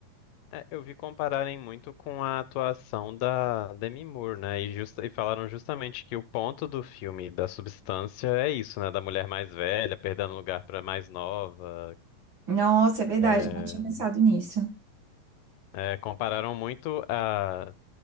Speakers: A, on the left (about 75°); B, on the right (about 40°).
A: É, eu vi compararem muito com a atuação da Demi Moore, né? E, justa- e falaram justamente que o ponto do filme, da substância, é isso, né? Da mulher mais velha perdendo lugar pra mais nova.
B: Nossa, é verdade,
A: É,
B: eu não tinha pensado nisso.
A: é, compararam muito a.